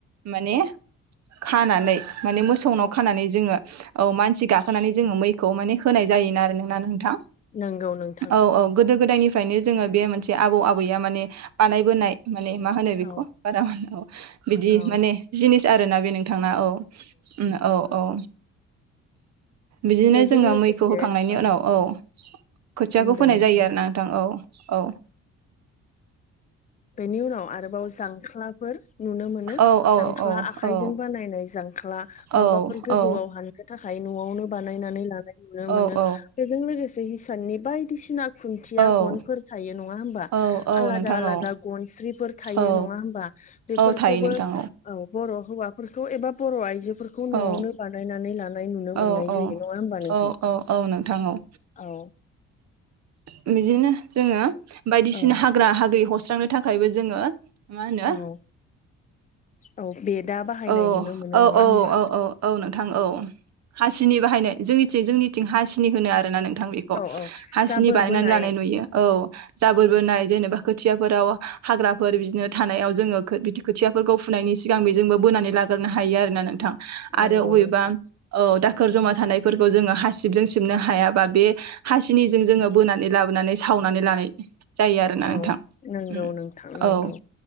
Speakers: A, on the right; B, on the left.
A: माने। खानानै
B: औ
A: माने मोसौनाव
B: औ
A: खानानै जोङो। औ मानसि गाखोनानै जोङो मैखौ माने होनाय जायोना आरो नोंना नोंथां।
B: नंगौ नों
A: औ औ गोदो गोदायनिफ्रायनो जोङो बे मोनसे आबौ आबैया माने बानायबोनाय। माने मा होनो
B: औ
A: बेखौ बारा बिदि
B: औ
A: माने जिनिस आरोना। बि नोंथांना औ औ औ। बिदिनो
B: बेजों
A: जोङो
B: लोगोसे
A: मैखौ होखांनायनि
B: औ
A: उनाव औ। खोथियाखौ
B: बुंदो
A: फोनाय
B: नोंथाङा
A: जायो आरो ना नोंथां औ औ।
B: बेनि उनाव आरोबाव जांख्लाफोर नुनो मोनो
A: औ औ
B: जांख्ला
A: औ
B: आखाइजों
A: औ
B: बानायनाय जांख्ला।
A: औ
B: माबाफोर गोजौआव
A: औ
B: हाननो थाखाय न'आवनो बानायनानै लानाय नुनो
A: औ
B: मोनो बेजों लोगोसे। हिसाननि बायदिसिना खुन्थिया
A: औ
B: गनफोर थायो नङा होमबा
A: औ औ
B: आलादा
A: नोंथां
B: आलादा।
A: औ
B: गनस्रिफोर थायो
A: औ
B: नङा होमबा बेफोरखौबो
A: औ थायो नोंथां
B: औ बर' हौवाफोरखौ एबा बर' आइजो फोरखौ न'आवनो
A: औ
B: बानायनानै लानाय नुनो मोननाय
A: औ औ
B: जायो नङा होमबा नोंथां
A: औ औ औ नोंथां औ
B: औ
A: बिदिनो जोङो। बायदिसिना
B: औ
A: हाग्रा हाग्रि हस्रांनो थाखायबो जोङो मा होनो
B: औ। औ बेदा बाहायनाय
A: औ
B: नुनो मोनो
A: औ
B: नङा
A: औ
B: होमबा
A: औ औ औ नोंथां औ हासिनि बाहायनाय जोंनि। थिं जोंनिथिं हासिनि होनो आरो नों थां बेख'
B: औ औ
A: हांसिनि
B: जाबोर
A: बानायनानै
B: बोनाय
A: लानाय नुयो औ जाबोर
B: औ
A: बोनाय जेनेबा। खोथियाफोराव हाग्राफोर बिदिनो थानायाव जोङो बिदि खोथियाफोरखौ फुनायनि सिगां बि जोंबो बोनानै लागोरनो हायो आरोना नोंथां
B: नंगौ
A: आरो बबेबा
B: नोंथां
A: औ दा खोर जमा थानायफोरखौ जोङो हासिबजों सिबनो हायाबा बे हासिनिजों जोङो बोनानै लाबोनानै साव नानै लानाय जायो आरोना
B: औ
A: नोंथां
B: नंगौ
A: उम
B: नोंथां नंगौ
A: औ